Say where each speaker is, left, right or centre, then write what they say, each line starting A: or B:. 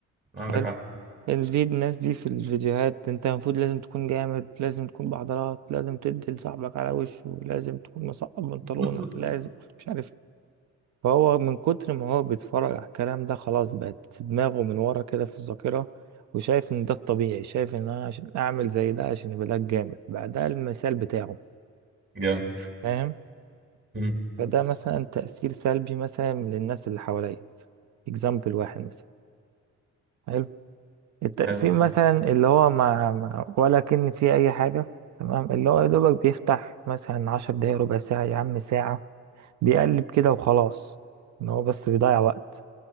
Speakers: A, on the right (about 40°); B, on the right (about 65°).
A: عندك
B: حلو.
A: حق
B: دي الناس دي في الفيديوهات انت المفروض لازم تكون جامد لازم تكون بعضلات لازم تدي لصاحبك على وشه لازم تكون مسقط بنطلونك
A: <laughs>
B: لازم مش عارف فهو من كتر ما هو بيتفرج على الكلام ده خلاص بقت في دماغه من ورا كده في الذاكرة وشايف ان ده الطبيعي شايف ان انا عشان اعمل زي ده عشان يبقى ده الجامد بقى ده المثال بتاعه
A: جامد
B: فاهم
A: امم
B: فده مثلا تأثير سلبي مثلا للناس اللي حواليا اكزامبل واحد مثلا حلو؟ التقسيم
A: حلو
B: مثلا اللي هو ما ما- ولا كأن فيه أي حاجة تمام اللي هو يا دوبك بيفتح مثلا عشر دقايق ربع ساعة يا عم ساعة بيقلب كده وخلاص إن هو بس بيضيع وقت